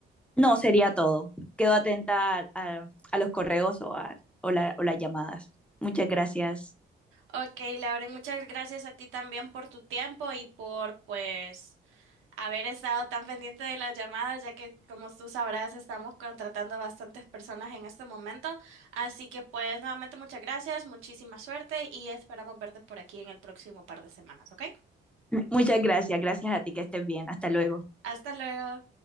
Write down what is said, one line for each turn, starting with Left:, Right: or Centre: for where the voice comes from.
Centre: No, sería todo. Quedo atenta a, a- a los correos o, a, o la- o las llamadas. Muchas gracias.
Right: Ok, Lauren, muchas gracias a ti también por tu tiempo y por, pues, haber estado tan pendiente de las llamadas, ya que, como tú sabrás, estamos contratando a bastantes personas en este momento. Así que, pues, nuevamente muchas gracias, muchísima suerte y esperamos verte por aquí en el próximo par de semanas, ¿ok?
Centre: <clears throat> Muchas gracias. Gracias a ti que estés bien. Hasta luego.
Right: Hasta luego.